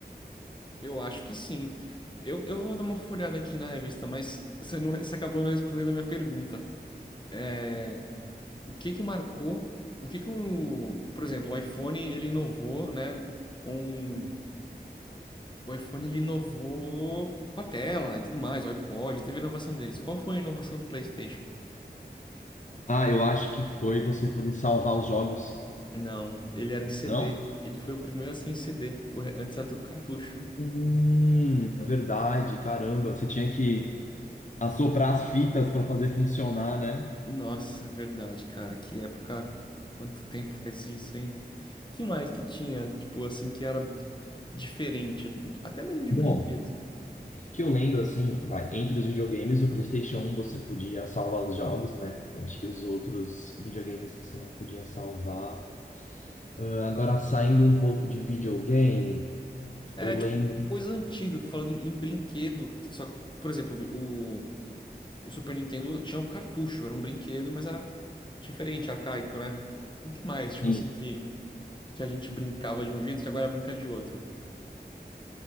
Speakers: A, on the left; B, on the left.
A: Eu acho que sim. Eu, eu vou dar uma folhada aqui na revista, mas você, não, você acabou não respondendo a minha pergunta. É, o que que marcou? O que que o, por exemplo, o iPhone ele inovou, né? Com o iPhone ele inovou com a tela e tudo mais, o iPod, teve a inovação deles. Qual foi a inovação do PlayStation?
B: Ah, eu acho que foi você poder salvar os jogos.
A: Não, ele era em CD.
B: Não?
A: Ele foi o primeiro a ser em CD. O re- Antes era tudo cartucho.
B: Hum, é verdade, caramba. Você tinha que assoprar as fitas para fazer funcionar, né?
A: Nossa, verdade, cara. Que época. Quanto tempo faz isso, hein? Que mais que tinha, tipo, assim, que era diferente, a gente? Até mesmo de
B: Bom,
A: brinquedo.
B: que eu lembro assim, vai, entre os videogames, o PlayStation um você podia salvar os jogos, né? Eu acho que os outros videogames você não podia salvar. Ah, agora, saindo um pouco de videogame,
A: É,
B: eu
A: tipo,
B: lembro.
A: coisa antiga, falando em, em brinquedo. Só, por exemplo, o, o Super Nintendo tinha um cartucho, era um brinquedo, mas era diferente, arcaico, né? O que mais,
B: Sim.
A: tipo assim, que, que a gente brincava de um jeito e agora brinca de outro?